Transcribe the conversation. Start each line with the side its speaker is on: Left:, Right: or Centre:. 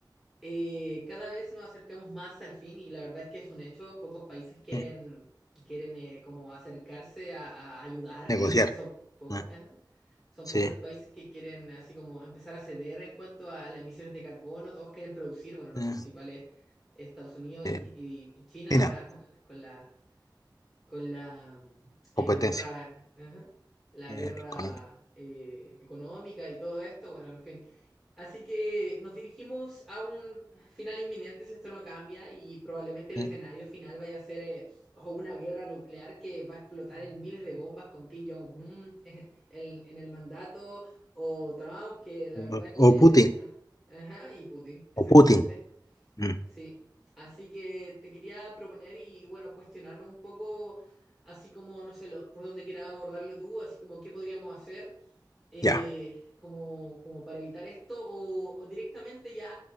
Centre: eh, cada vez nos acercamos más al fin y la verdad es que es un hecho, pocos países quieren,
Left: sí.
Centre: quieren eh, como acercarse a, a ayudar,
Left: Negociar.
Centre: la verdad es que son pocos,
Left: ah,
Centre: ajá. Son
Left: Sí.
Centre: pocos los países que quieren así como empezar a ceder en cuanto a las emisiones de carbono, todos quieren producir, bueno, los
Left: ah,
Centre: principales Estados Unidos
Left: eh,
Centre: y, y China
Left: China,
Centre: ahora con la, con la, con la, eh,
Left: competencia
Centre: la guerra, ajá, la
Left: eh,
Centre: guerra
Left: económica.
Centre: eh, económica y todo esto, bueno, en fin. Así que nos dirigimos a un final inminente si esto no cambia y probablemente el
Left: eh,
Centre: escenario final vaya a ser eh, o una guerra nuclear que va a explotar en miles de bombas con Kim Jong-un en, en el mandato o Trump, que la
Left: O,
Centre: verdad es que
Left: o Putin,
Centre: le gusta. Ajá, y Putin, exactamente.
Left: o Putin. mm,
Centre: Sí. Así que te quería proponer y bueno, cuestionarnos un poco, así como, no sé, lo- por dónde quieras abordarlo tú, así como qué podríamos hacer eh,
Left: Ya.
Centre: como, como para evitar esto o, o directamente ya